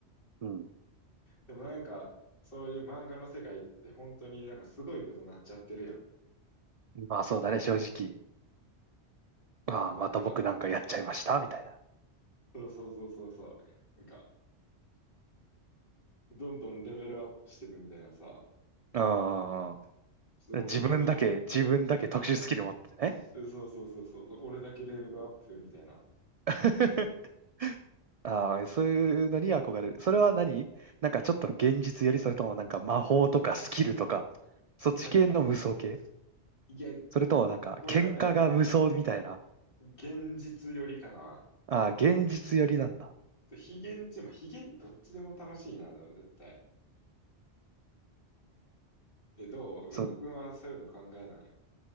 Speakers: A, on the right; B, on the left.
A: うん。
B: でもなんか、そういう漫画の世界って本当になんかすごいことになっちゃってるやん。
A: うんまあそうだね、正直。ああ、
B: あだから、
A: また僕なんかやっちゃいました、みたいな。
B: そうそうそうそうそう。なんか、どんどんレベルアップしていくみたいなさ。
A: うん。
B: ちょっともう
A: 自分だけ、
B: <laughs> ここに、
A: 自分だけ特殊スキル持ってね。
B: うんそうそうそうそう、俺だけレベルアップみたいな。
A: <laughs> ああ、そういうのに憧れる。それは何なんかちょっと現実より、それともなんか魔法とかスキルとか、そっち系の無双系
B: はい、いや、
A: それともなんか喧嘩が無双みたいな。
B: これはね、現実よりかな。
A: ああ、現実よりなんだ。
B: と非現実、まあ、非現、どっちでも楽しいな、でも絶対。え、どう宇野くんはそういうの考えない
A: そう、